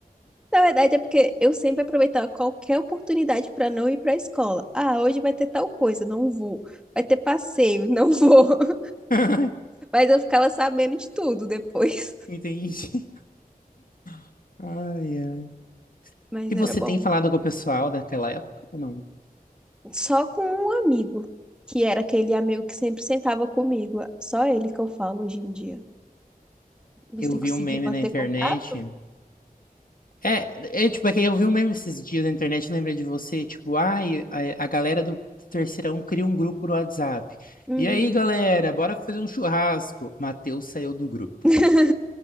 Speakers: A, in the centre; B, on the left.
A: Na verdade, é porque eu sempre aproveitava qualquer oportunidade para não ir para a escola. Ah, hoje vai ter tal coisa, não vou. Vai ter passeio, não vou. <laughs>
B: <laughs>
A: Mas eu ficava sabendo de tudo depois.
B: Entendi. <laughs> Ai, ai.
A: <laughs> Mas
B: E
A: era
B: você
A: bom.
B: tem falado com o pessoal daquela época ou não?
A: Só com um amigo, que era aquele amigo que sempre sentava comigo. Só ele que eu falo hoje em dia. Você
B: Eu
A: conseguiu
B: vi um meme
A: manter
B: na internet.
A: contato?
B: É, é tipo, é que eu vi um meme esses dias na internet, lembrei de você, tipo, ai, a, a galera do terceirão cria um grupo no WhatsApp.
A: Uhum.
B: E aí, galera, bora fazer um churrasco. Matheus saiu do grupo.
A: <laughs>